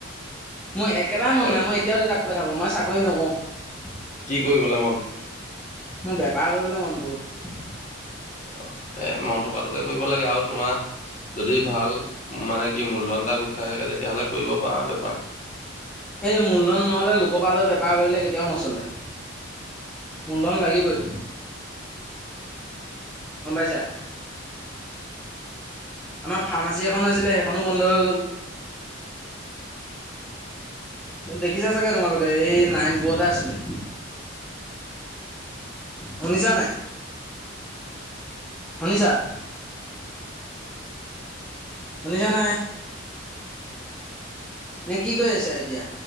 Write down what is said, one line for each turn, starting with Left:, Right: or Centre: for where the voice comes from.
Centre: মোৰ একেবাৰে মন
Left: এ
Centre: নাই মই এতিয়াও দেউতাক কৈ থাকোঁ মই চাকৰি নকৰোওঁ।
Left: কি কৰিবলে মন
Centre: মোৰ বেপাৰ কৰিবলৈ মন বহুত
Left: অ। এ মন থকাটোকে কৰিব লাগে আৰু তোমাৰ যদি ভাল মানে কি মূলধনটা গোট খাই থাকে তেতিয়াহ'লে কৰিব পৰা
Centre: এই মূলধন নহ'লে লোকপালৈ বেপাৰ কৰিলে কেতিয়াও নচলে মূলধন লাগিবই গম পাইছা‌, আমাৰ ফাৰ্মাচী এখনো আছিলে সেইখনো বন্ধ হৈ গ'ল ত দেখিছা চাগে তোমালোকে এই নাইন বোৱতে আছিলে শুনিছা নাই, শুনিচা। শুনিছা নাই নে কি কৰি আছা এতিয়া